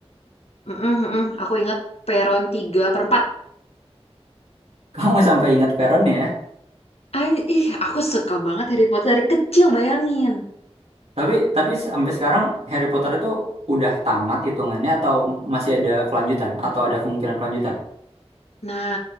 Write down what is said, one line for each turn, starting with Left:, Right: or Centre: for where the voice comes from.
Left: Mm-mm, mm-mm. Aku ingat peron 3 per 4.
Right: Kamu <laughs> sampai inget peronnya ya.
Left: An ih, aku suka banget Harry Potter dari kecil, bayangin.
Right: Tapi tapi sampai sekarang Harry Potter itu udah tamat hitungannya atau masih ada kelanjutan atau ada kemungkinan kelanjutan?
Left: Nah,